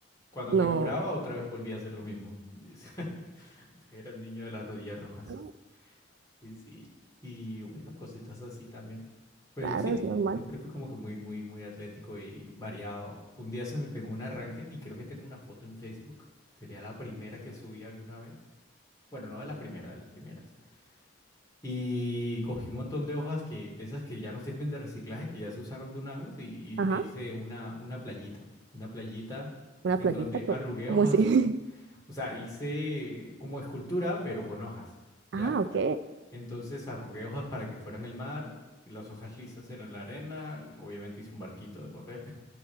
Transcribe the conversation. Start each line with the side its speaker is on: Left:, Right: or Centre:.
Left: Cuando
Right: No,
Left: me curaba, otra vez volvía a hacer lo mismo. <laughs> Era el niño de las rodillas rojas.
Right: no,
Left: Y sí, y bueno, cositas así también. Pero
Right: claro,
Left: sí,
Right: es normal.
Left: siempre fui como que muy, muy, muy atlético y variado. Un día se me pegó un arranque y creo que tengo una foto en Facebook. Sería la primera que subí alguna vez. Bueno, no de la primera, de las primeras. Y cogí un montón de hojas que, de esas que ya no sirven de reciclaje, que ya se usaron de una vez, y, y-
Right: Ajá,
Left: e hice una, una playita. Una playita
Right: una
Left: en
Right: playita,
Left: donde
Right: co-
Left: arrugué
Right: como
Left: hojas.
Right: así? <laughs>
Left: O sea, hice como escultura, pero con hojas, ¿ya?
Right: Ah, ok,
Left: Entonces arrugué hojas para que fueran el mar, y las hojas lisas eran la arena. Obviamente hice un barquito de papel.